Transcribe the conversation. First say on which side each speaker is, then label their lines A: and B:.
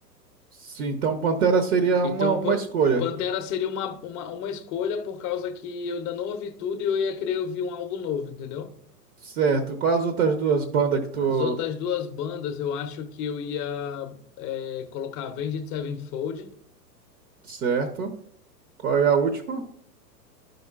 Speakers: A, on the right; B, on the left.
A: Sim, então Pantera seria uma,
B: Então,
A: uma
B: Pa-
A: escolha.
B: Pantera seria uma, uma, uma escolha por causa que eu ainda não ouvi tudo e eu ia querer ouvir um álbum novo, entendeu?
A: Certo. Quais as outras duas bandas que tu.
B: As outras duas bandas eu acho que eu ia é, colocar Avenged Sevenfold
A: Certo. Qual é a última?